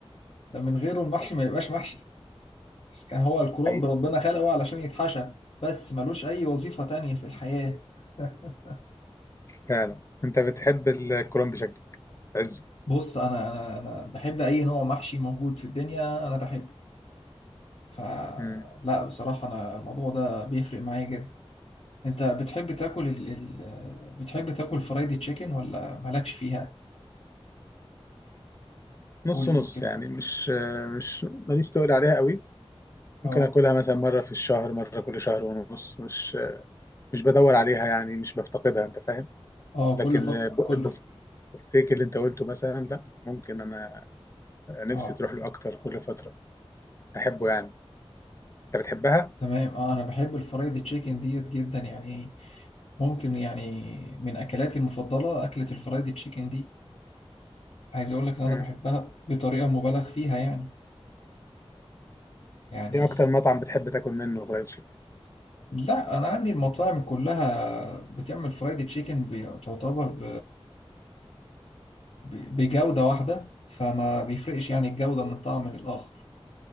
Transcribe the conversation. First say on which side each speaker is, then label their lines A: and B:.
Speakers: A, on the left; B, on the left.
A: ده من غيره المحشي
B: حصل
A: ما يبقاش محشي بس كان هو الكرنب
B: حقيقي
A: ربنا خلقه علشان يتحشى بس ملوش أي وظيفة تانية في الحياة <laughs>
B: فعلا انت بتحب الكرنب بشكل عزه
A: بص أنا أنا أنا بحب أي نوع محشي موجود في الدنيا أنا بحبه فلا
B: مم.
A: بصراحة أنا الموضوع ده بيفرق معايا جدا أنت بتحب تاكل ال... ال... بتحب تاكل فرايدي تشيكن ولا مالكش فيها؟
B: نص
A: قول لي
B: نص
A: كده
B: يعني مش آه، مش ماليش تقول عليها قوي ممكن
A: اه
B: اكلها مثلا مره في الشهر مره كل شهر ونص مش مش بدور عليها يعني مش بفتقدها انت فاهم
A: اه
B: لكن
A: كل فط
B: ب-
A: كل
B: البفتيك اللي انت قلته مثلا لا ممكن انا نفسي
A: اه
B: تروح له اكتر كل فتره احبه يعني انت بتحبها
A: تمام اه انا بحب الفرايد تشيكن ديت جدا يعني ممكن يعني من اكلاتي المفضله اكله الفرايد تشيكن دي عايز اقول لك ان انا
B: مم.
A: بحبها بطريقه مبالغ فيها يعني يعني
B: ايه اكتر مطعم بتحب تاكل منه فرايد تشيكن
A: لا انا عندي المطاعم كلها بتعمل فرايد تشيكن بتعتبر ب... ب... بجوده واحده فما بيفرقش يعني الجوده من طعم للاخر